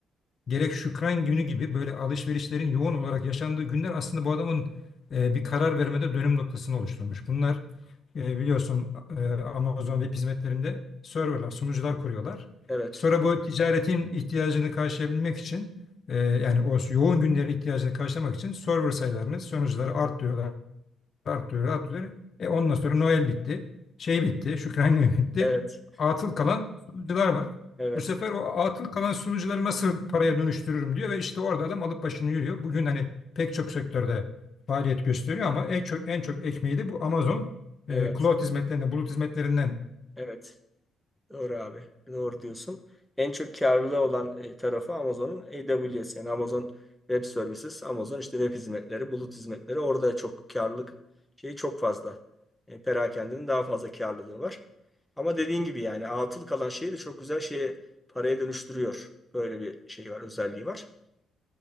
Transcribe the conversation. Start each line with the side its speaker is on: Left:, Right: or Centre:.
Left: gerek Şükran günü gibi böyle alışverişlerin yoğun olarak yaşandığı günler aslında bu adamın e, bir karar vermede dönüm noktasını oluşturmuş. Bunlar e, biliyorsun e, Amazon web hizmetlerinde serverlar, sunucular kuruyorlar.
Centre: evet,
Left: Sonra bu ticaretin ihtiyacını karşılayabilmek için e, yani o yoğun günlerin ihtiyacını karşılamak için server sayılarını, sunucuları arttırıyorlar, artıyor, artıyor. E ondan sonra Noel bitti. Şey bitti, Şükran Günü bitti.
Centre: evet,
Left: Atıl kalan sunucular var.
Centre: evet,
Left: Bu sefer o atıl kalan sunucuları nasıl paraya dönüştürürüm diyor ve işte orada adam alıp başını yürüyor. Bugün hani pek çok sektörde faaliyet gösteriyor ama en çok en çok ekmeği de bu Amazon
Centre: evet,
Left: e, cloud hizmetlerinden, bulut hizmetlerinden
Centre: evet. Doğru abi. Doğru diyorsun. En çok karlı olan e, tarafı Amazon'un AWS yani Amazon Web Services, Amazon işte web hizmetleri, bulut hizmetleri orada çok karlılık şeyi çok fazla. E, Perakende'nin daha fazla karlılığı var. Ama dediğin gibi yani atıl kalan şeyi de çok güzel şeye paraya dönüştürüyor. Böyle bir şey var, özelliği var.